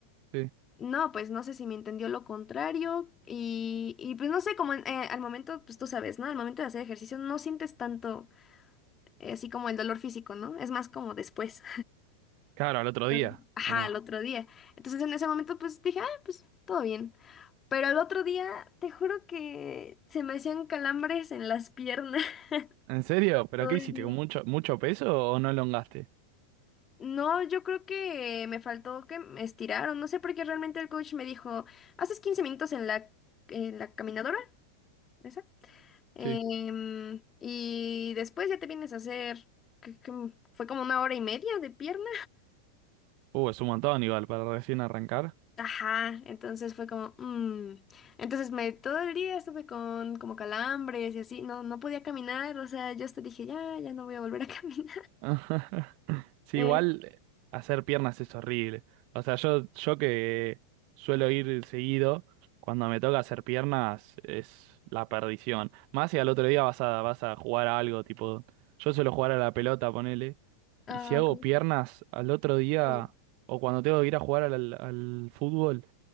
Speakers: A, on the right; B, on the left.
A: Sí.
B: No, pues no sé si me entendió lo contrario y, y pues no sé, como en- eh, al momento, pues tú sabes, ¿no? Al momento de hacer ejercicio no sientes tanto eh, así como el dolor físico, ¿no? Es más como después,
A: Claro, al otro día,
B: <laughs> ajá,
A: ¿o no?
B: al otro día. Entonces en ese momento pues dije, ah, pues todo bien. Pero al otro día, te juro que se me hacían calambres en las piernas <laughs>
A: ¿En serio? ¿Pero
B: todo
A: qué
B: el
A: hiciste?
B: día.
A: ¿Con mucho, mucho peso o no elongaste?
B: No, yo creo que me faltó que me estiraron, no sé por qué realmente el coach me dijo, haces 15 minutos en la, en la caminadora, esa, em,
A: Sí.
B: y después ya te vienes a hacer, que- que fue como una hora y media de pierna
A: Uh, es un montón igual para recién arrancar.
B: Ajá, entonces fue como, mm. Entonces me todo el día estuve con como calambres y así, no, no podía caminar, o sea, yo hasta dije, ya, ya no voy a volver a <laughs> caminar.
A: <laughs> Sí,
B: Eh,
A: igual eh, hacer piernas es horrible. O sea, yo, yo que suelo ir seguido, cuando me toca hacer piernas es la perdición. Más si al otro día vas a, vas a jugar a algo, tipo, yo suelo jugar a la pelota, ponele.
B: ah,
A: Y si hago
B: ok.
A: piernas al otro día,
B: Uy.
A: o cuando tengo que ir a jugar al, al fútbol,